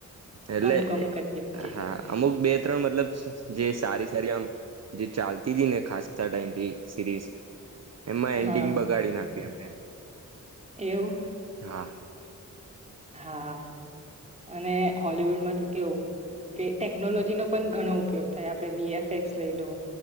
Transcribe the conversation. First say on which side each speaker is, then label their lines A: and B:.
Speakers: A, on the right; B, on the right.
A: એટલે
B: અમુક અમુક જ જોઈ છે.
A: હા અમુક બે ત્રણ મતલબ જે સારી આમ જે ચાલતી હતી ને ખાસ ટાઈમથી સિરીઝ એમાં
B: હા
A: એન્ડિંગ બગાડી નાખ્યું એમને એ
B: એવું
A: હા
B: હા અને હોલવુડમાંથી કેવું કે ટેકનોલોજીનો પણ ઘણો ઉપયોગ થાય આપડણે વીએફએક્સ લઈ લો